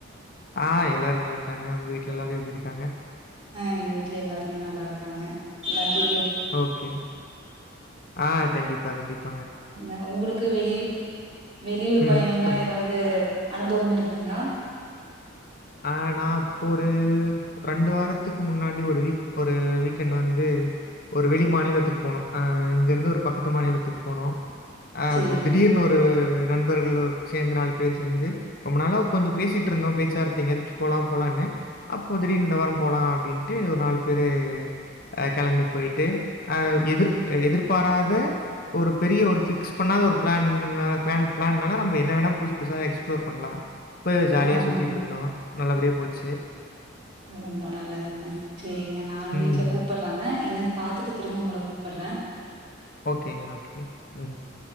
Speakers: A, on the left; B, on the right.
A: ஆ எல்லாரு நல்லா இருக்காங்க உங்க வீ்ட்ல எல்லாரு எப்டி இருக்காங்க
B: ஆ எங்க வீட்ல எல்லாருமே நல்லா இருக்குறாங்க எல்லாத்தையு கேட்
A: ஓகே ஆ கண்டிப்பா கண்டிப்
B: ன்ன உங்களுக்கு வெளி வெளியூர்
A: ம்.
B: பயணம்லா
A: சொல்லுங்க.
B: ஏதாவது அனுபவம் இருக்குங்ளா
A: ஆ நா இப்போ ஒரு ரெண்டு வாரத்துக்கு முன்னாடி ஒரு வீக் ஒரு வீக்கெண்ட் வந்து ஒரு வெளி மாநிலத்துக்கு போனோ அ இங்க இருந்து ஒரு பக்கத்து மாநிலத்துக்கு போனோ அ
B: சரிங்க
A: திடீர்னு ஒரு ந்து நண்பர்களு சேந்து நாலு பேர் சேந்து ரொம்ப நாள கொஞ்சோ பேசிட்டு இருந்தோ பேச்சு வார்த் த எங்கயாச்சு போலா போலான்னு அப்போ திடீர் இந்த வார போலா அப்டின்ட்டு ஒரு நாலு பேரு அ கெளம்பி போயிட்டு அ எதிர் எதிர்பாராத ஒரு பெரிய ஒரு பிக்ஸ் பண்ணாத ஒரு பிளான்கு பிளான் பிளான்னால நம்ம என்ன வேணா புதுசு புதுசா எக்ஸ்பிளோர் பண்ணலா இப்பவே ஜாலியா
B: ஆமாங்க
A: சுத்திட்டு இருந்தோ நல்லபடியே போச்சு
B: ரொம்ப நல்லதுங்க செரிங்க நானு
A: ம்.
B: வீட்ல கூப்டுறாங்க என்னன்னு பாத்துட்டு திரும்ப உங்கள கூப்டுறே
A: ஓகேங்க ஓகேங்க ம்